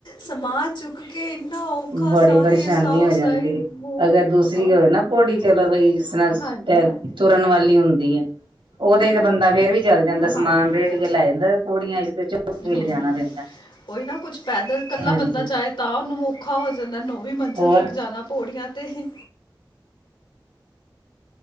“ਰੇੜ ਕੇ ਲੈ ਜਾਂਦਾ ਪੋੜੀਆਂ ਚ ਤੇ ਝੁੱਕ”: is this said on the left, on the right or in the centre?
Right